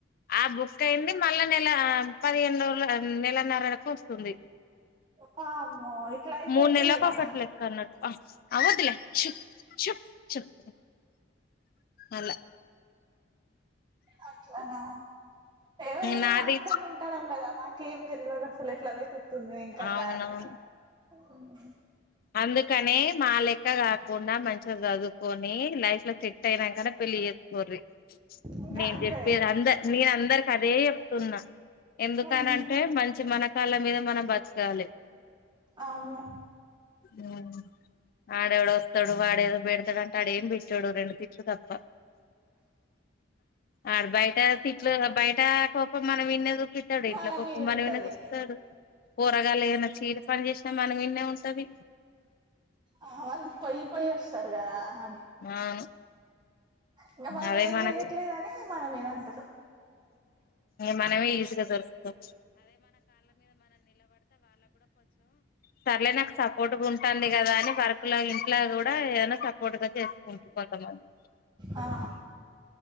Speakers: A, on the left; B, on the right.
A: ఆ బుక్ అయింది మళ్ళా నెలా పదిహేను రోజుల నెలన్నర వరకు వస్తుంది
B: వామ్మే ఇట్లాయితే
A: మూడు
B: ఎట్లాయిగా
A: నెలలకు ఒకటి లెక్క అన్నట్టు ఆ అవద్దులే చుప్ చుప్ చుప్ అలా
B: అట్లానా ఏమో ఇక
A: నాది
B: మేము హాస్టలా ఉంటాన్నాం కదా మాకే బిరుగా దాస్ అసలు ఎట్లా వెతుకుతుంది ఇంకా
A: అవునవును
B: దాని అవును
A: అందుకనే మా లెక్క కాకుండా మంచిగా చదువుకోని మెయిన్ లైఫ్ లో సెట్ అయినాంకనే పెళ్లి చేస్తుకోరివి
B: ఇంకా
A: నేను
B: అంతే
A: చెప్పేది అందరి మీ అందరికి అదే చెప్తున్నా ఎందుకనంటే
B: ఉమ్
A: మంచి మన కాళ్ళ మీద మనం బత్కాలే
B: అవును
A: ఉమ్ ఆడుఎవడో వస్తాడు వాడే బేడతాడు ఆడు ఏం పెట్టాడు రెండు తిట్లు తప్ప ఆడు బయట తిట్లే బయటా కోపం మనం విన్నది తిట్టాడు ఇంట్లో
B: మన
A: కొత్తం
B: మీద
A: మనే
B: ఉంటది
A: కూస్తాడు కూరగాయలు ఏనా చీర పని చేస్త మన మీదనే ఉంట టది
B: ఆ అళు పై పై వస్తారుగా ఆ
A: అవును
B: ఇంకా మనం
A: అదే
B: ఏం
A: మనకు
B: చెయట్లేదని మన మీద అంటారు
A: మనమే ఈజీగా దొరుకుతాం సర్ లే నాకు స కోటుకు ఉంటాంది కదా అని వర్ ర్క్ లాగ ఇంట్లా గూడా ఏదైనా సపోర్ట్ గా చేసుకుంటు కొంతమంది
B: ఆ